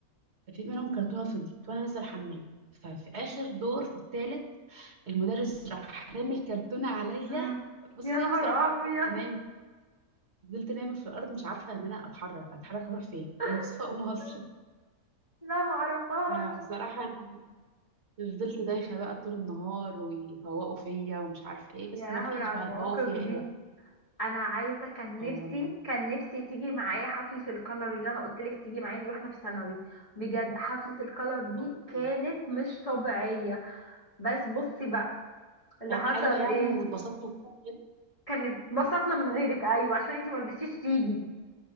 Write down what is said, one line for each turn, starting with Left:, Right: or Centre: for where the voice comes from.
Right: في منهم كرتونه فضيت وانا نازله الحمام ففي اخر دور في الثالث المدرس راح رامي الكرتونة عليا
Left: امم
Right: بصي
Left: يا نهار
Right: بصراحة
Left: ابيض
Right: فضلت نايم فضلت نايمة في الأرض مش عارفة إن أنا أتحرك أتحرك أروح فين
Left: <laughs>
Right: ومكسوفة أقوم أصلا
Left: لا معرفهاش
Right: <laughs> فبصراحة أنا فضلت دايخة بقى طول النهار ويفوقوا فيا ومش عارفة إيه
Left: يا
Right: بس مفيش
Left: لهوي على
Right: بقى
Left: المواقف
Right: يفوقوا فيا
Left: دي
Right: إيه بقى
Left: انا عايزه كان
Right: آه
Left: نفسي
Right: والله
Left: كان نفسي تيجي معايا حفله الكلر اللي انا قلت لك تيجي معايا دي واحنا في ثانوي بجد حفله الكلر دي
Right: آه
Left: كانت مش طبيعيه بس بصي بقى اللي
Right: كانت
Left: حصل
Right: حلوة يعني
Left: ايه
Right: واتبسطت وكده كده
Left: كان اتبسطنا من غيرك ايوه عشان انتي ما رضيتيش تيجي